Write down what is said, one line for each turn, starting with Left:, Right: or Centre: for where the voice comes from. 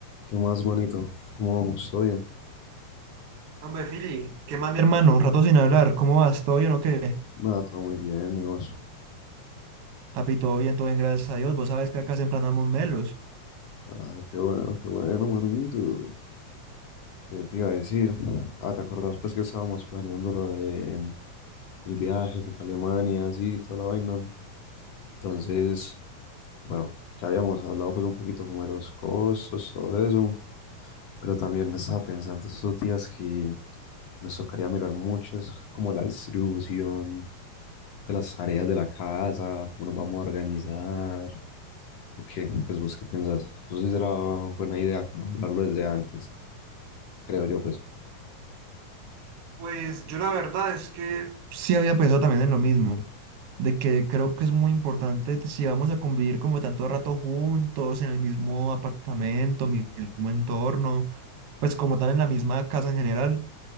Left: ¿Qué más, manito? ¿Cómo vamos? ¿Todo bien?
Right: Hombre, Fili, ¿qué más, mi hermano? Rato sin hablar, ¿cómo vas? ¿Todo bien o qué?
Left: Nada, todo muy bien, ¿y vos?
Right: Papi, todo bien, todo bien, gracias a Dios. Vos sabes que acá siempre andamos melos.
Left: Ah, qué bueno, qué bueno, manito. ¿Qué te iba a decir? Ah, ¿te acordás pues que estábamos planeando lo de mm, el viaje, que para Alemania, así, toda la vaina? Entonces, bueno, ya habíamos hablado pues un poquito como de los costos, todo eso, pero también estaba pensando estos días que nos tocaría mirar mucho, es como la distribución de las tareas de la casa, cómo nos vamos a organizar. ¿O qué? Pues vos qué pensás. Eso sí será buena idea, como hablarlo desde antes, creo yo, pues.
Right: Pues yo la verdad es que sí había pensado también en lo mismo, de que creo que es muy importante t- si vamos a convivir como tanto rato juntos, en el mismo apartamento, mi- mismo entorno, pues como tal en la misma casa en general.